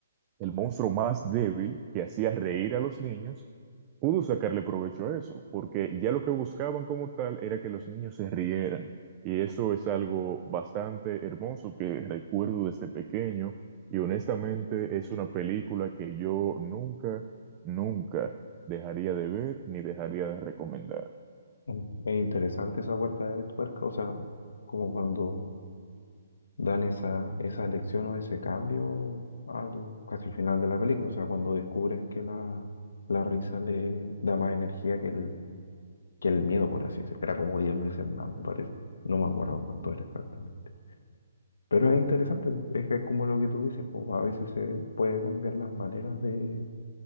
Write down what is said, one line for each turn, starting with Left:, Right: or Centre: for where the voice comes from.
Right: el monstruo más débil que hacía reír a los niños, pudo sacarle provecho a eso, porque ya lo que buscaban como tal era que los niños se rieran. Y eso es algo bastante hermoso que recuerdo desde pequeño y honestamente es una película que yo nunca, nunca dejaría de ver ni dejaría de recomendar.
Left: Mm. Es interesante esa vuelta de tuerca, o sea, como cuando dan esa, esa elección o ese cambio al casi al final de la película, o sea, cuando descubres que la, la risa le da más energía que el, que el miedo, por así decirlo. Era como 10 veces más, me parece. No me acuerdo cuánto era exactamente. Pero es interesante, po. es que es como lo que tú dices, po, a veces se puede cambiar las maneras de,